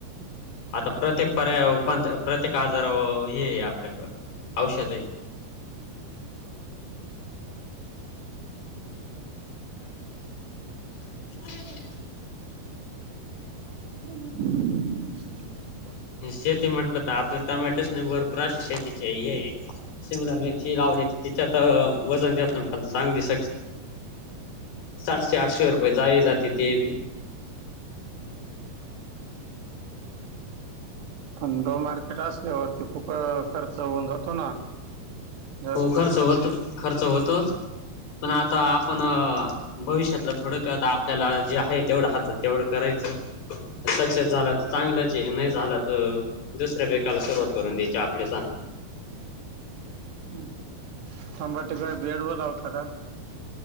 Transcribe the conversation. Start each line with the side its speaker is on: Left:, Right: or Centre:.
Left: आता प्रत्येक पर्याय प प्रत्येक आजार व हे आपल्याक औषधे
Right: <inaudible>
Left: ह
Right: हम् ह <unintelligible>
Left: शेती म्हटलं तर आपल्या टमॅटोस नाही भरपूर असे शेतीचे शिमला मिरची लावली तिच्यात वजन देत प चांग दिस सातशे आठशे रुपये जया जाते ते. केवी
Right: थंड मार्केट असल्यावरती फूप खर्च होऊन जातो ना? जास्त
Left: हो खर्च होत खर्च होतोच. पण आता आपण भविष्यातला थोडंक आपल्याला जे आहे तेवढं हातत तेवढं करायचं. सक्सेस झाला चांगलंच नाही झालं तर दुसऱ्या पेकाला सुरुवात करून द्यायची. आपल्या स
Right: ह शंभर ठिकाणी बेड व लावता का?